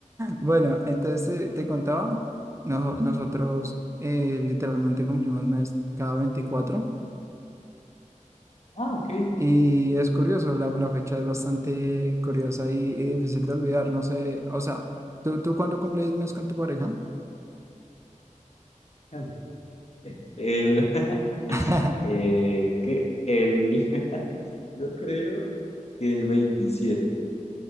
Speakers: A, on the right; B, on the left.
A: Bueno, entonces eh, te contaba, noso- nosotros eh, literalmente cumplimos mes cada veinticuatro
B: Ah, ok.
A: Y es curioso, la, la fecha es bastante curiosa y, y difícil de olvidar, no sé, o sea, ¿tú, tú cuándo cumples mes con tu pareja?
B: <laughs> El, <laughs>
A: <laughs>
B: eh, ¿qué? El, <laughs> yo creo que el veintisiete